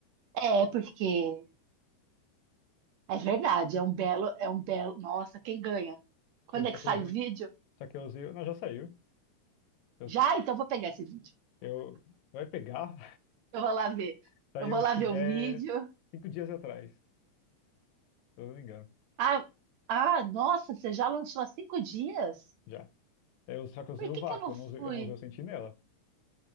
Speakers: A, on the right (about 75°); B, on the left (about 75°).
A: É, porque é verdade, é um belo, é um belo. Nossa, quem ganha? Quando
B: Eu só
A: é que
B: que
A: sai
B: eu usei,
A: o vídeo?
B: só que eu usei, não, já saiu. Eu,
A: Já? Então eu vou pegar esse vídeo.
B: eu- vai pegar,
A: Eu vou lá ver.
B: <laughs> saiu
A: Eu vou
B: acho
A: lá
B: que
A: ver
B: 10,
A: o vídeo.
B: cinco dias atrás, se eu não me engano,
A: Ah, ah, nossa, você já lançou há cinco dias?
B: já. Eu, só que eu usei
A: Por
B: o
A: que
B: vácuo,
A: que eu não
B: eu
A: fui?
B: não usei, eu não usei o sentinela.